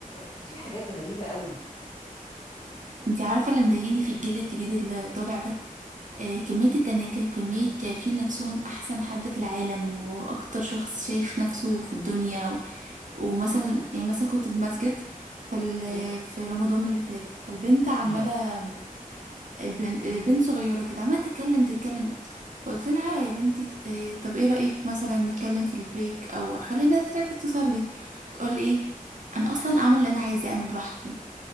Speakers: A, on the left; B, on the right.
A: وفي حاجات غريبه قوي
B: انتي عارفه اللي مضايقني في الجيل الجديد اللي طالع ده آه، كمية التناكر وكمية شايفين نفسهم أحسن حد في العالم وأكتر شخص شايف نفسه في الدنيا و- ومثلا يعني مثلا كنت في مسجد فال
A: امم
B: في رمضان اللي فات فالبنت عمالة
A: امم
B: البن- البنت صغيرة كده عمالة تتكلم تتكلم فقلت لها يا بنتي آه، طب ايه رأيك مثلا نتكلم في البريك أو خلي الناس تركز تصلي تقول لي ايه أنا أصلا أعمل اللي أنا عايزاه أنا براحتي